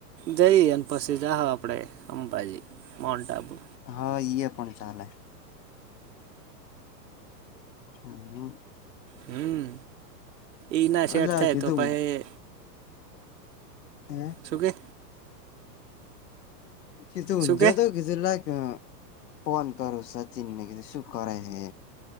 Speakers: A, on the right; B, on the left.
A: જઈ અને પછી જાવ આપડે અંબાજી, માઉન્ટ આબુ.
B: હા, ઈ પણ ચાલે. હમ્મ.
A: હમ્મ એના શેટ
B: અલા
A: થાય
B: કીધું
A: તો પહી?
B: હે.
A: શું કે
B: <unintelligible>
A: શું કે
B: ફોન કરું સચિન ને શું કરે હે?